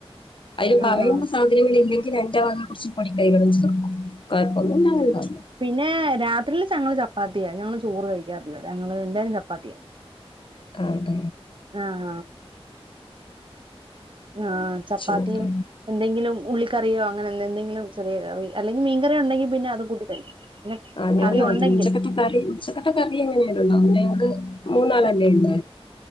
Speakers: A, on the left (about 55°); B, on the right (about 55°).
A: അയിൽ പറയുന്ന
B: ആഹാ
A: സാധനങ്ങൾ ഇല്ലെങ്കിൽ അയി ച്ച് പൊടി കൈകളും ചേർക്കും <unintelligible> ഞാ അങ്ങനെ ഇണ്ടാ
B: പിന്നെ രാത്രിൽ ചഞങ്ങൾ ചപ്പാതി ചത്തിയാ ഞങ്ങള്ൾ ചോറ് കഴിക്കാറില്ല ഞങ്ങള്ൾ എന്തായും ചപ്പാത്തിയ
A: ആത
B: ആഹ ആഹ ആഹ ചപ്പാത്തിയും
A: ചോറ്
B: എന്തെങ്കിലും ഉള്ള കറിയോ അങ്ങനെ എന്തെങ്കിലും ചെറിയ കറി അല്ലങ്കിൽ മീൻറി ഉണ്ടെങ്ക പിന്നെ അത് കൂട്ട കഴിക്കും പിന്നെ
A: ആ് ഞാനാ
B: കറി ഉണ്ടെങ്കിൽ
A: ഉച്ചക്കട്ടെ കറി ഉച്ചക്കട്ടെ കറി എങ്ങനെയണ്ടോ അടെക്ക് മൂന്നാാലല്ലേ ഉണ്ട